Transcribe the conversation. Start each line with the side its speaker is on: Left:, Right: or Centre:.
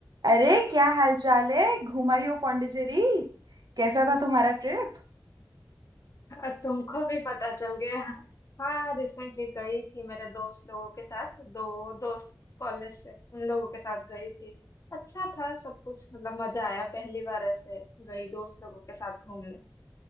Right: अरे क्या हाल चाल है घुमाई हो पौंडीचेरी कैसा था तुम्हारा ट्रिप
Left: अ, तुमको भी पता चल गया हाँ रिसेंटली गई थी मेरे दोस्त लोगों के साथ दो दोस्त कॉलेज से उन लोगों के साथ गई थी अच्छा था सब कुछ मतलब मजा आया पहली बार ऐसे गई दोस्त लोगों के साथ घूमने